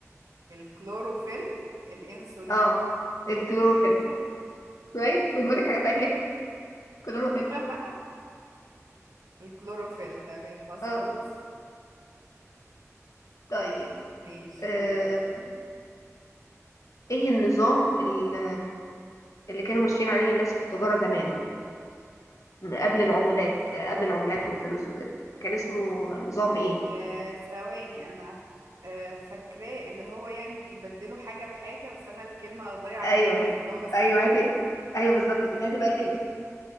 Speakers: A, on the right; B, on the left.
A: الكلوروفيل الانسولين
B: اه الكلوروفيل
A: يا سهل
B: كويس من بالك <laughs> حاجة فيها كاف كلوروفيل
A: <laughs> الكلوروفيل تمام مظبوط
B: اه طيب
A: ماشي
B: أم...
A: قولي
B: ايه النظام ال- اللي كانوا ماشيين عليه الناس في التجارة زمان م- قبل العمولات قبل العمولات والفلوس وكده كان اسمه نظام ايه
A: آه ثواني انا آه فاكراه اللي هو يعني بيبدلوا حاجة بحاجة بس انا الكلمة ضايعة
B: ايوه
A: مني يعني اللي هو مثلا
B: ايوه هاتي ايوه بالظبط كده هاتي بقى الكلمة